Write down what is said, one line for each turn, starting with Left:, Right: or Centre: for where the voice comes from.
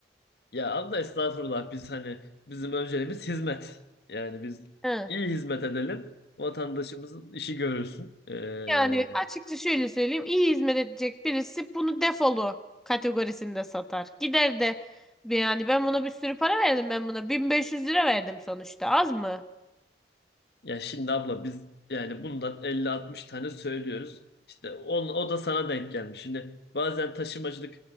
Left: ya abla estağfurullah biz hani bizim önceliğimiz hizmet. Yani biz
Centre: Hı.
Left: iyi hizmet edelim vatandaşımızın işi görülsün. Ee,
Centre: Yani açıkça şöyle söyleyeyim. iyi hizmet edecek birisi bunu defolu kategorisinde satar. Gider de yani ben buna bir sürü para verdim ben buna. 1500 lira verdim sonuçta. Az mı?
Left: Ya şimdi abla biz yani bundan elli altmış tane söylüyoruz. İşte on, o da sana denk gelmiş. Şimdi bazen taşımacılık